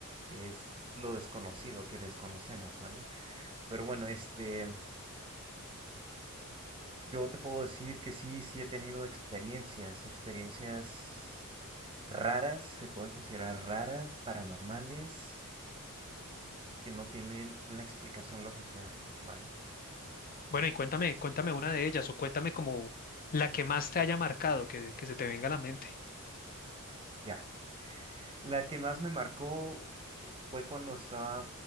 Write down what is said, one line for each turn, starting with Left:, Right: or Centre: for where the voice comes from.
Right: que es lo desconocido, que desconocemos, ¿vale? Pero bueno, este, yo te puedo decir que sí, sí he tenido experiencias, experiencias raras, se pueden considerar raras, paranormales, que no tienen una explicación lógica, ¿vale?
Left: Bueno, y cuéntame, cuéntame una de ellas o cuéntame como la que más te haya marcado, que, que se te venga a la mente.
Right: Ya. La que más me marcó eh, fue cuando estaba